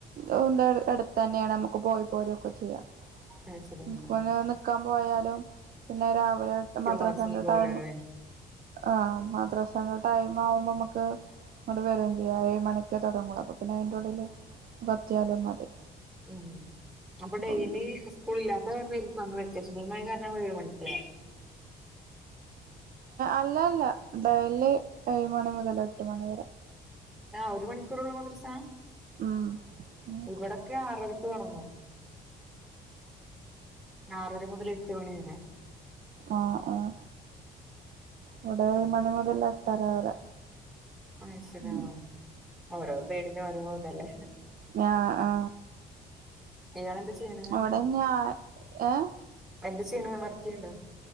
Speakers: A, on the right; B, in the centre.
A: അഹ് <unintelligible> എട് തെന്നേണ്. നമുക്ക് പോയി പോരൊക്കെ ചെയ്യാ.
B: അത് ശരിയാണ്
A: ഉം <unintelligible> നിക്കാൻ പോയാലും പിന്നെ രാവിലെ
B: സ്കൂൾ
A: മദ്രസന്റെ
B: മദ്രസ ഒന്നും പോവൂലല്ലേ
A: ടൈമ് ആഹ് മദ്രസൻ്റെ ടൈമാവുമ്പ മ്മക്ക് ഇങ്ങട് വരും ചെയ്യാ. ഏഴ് മണിക്ക് തൊടങ്ങൊള്ളു. അപ്പൊ പിന്നെ അയിന്റെ ഉള്ളില് വത്തിയാലും മതി.
B: ഉം അപ്പൊ
A: അപ്പം
B: ഡെയിലി സ്കൂള് ഇല്ലാത്ത കാരണായിരിക്കും അന്ന് വ സ്‌കൂൾമായി കാരണം ഏഴ് മണിക്കാ
A: അല്ലല്ല ഡെയ്‌ലി ഏഴ് മണി മുതൽ എട്ട് മണിവരെ.
B: ആഹ് ഒരു മണിക്കൂറൊള്ളൂ മദ്രസാ.
A: ഉം ഉം
B: ഇവടൊക്കെ ആറരക്ക് തൊട്ങ്ങും. ആറര മുതല് എട്ട് മണി വരെ.
A: ആഹ് ആഹ്. ഇവടേഴ്മണി മുതൽ എട്ടര വരെ.
B: ആശര്യ
A: ഉം
B: ഓരോ സൈഡിനും വഓരോതല്ലേ
A: ഹ ആഹ
B: ഇയാളെന്താ ചെയ്യണെ
A: അവിടെന്നെയ ഏ
B: എന്ത്ാ ചെയ്യണ വർക്ക് ചെയ്യണ്ടോ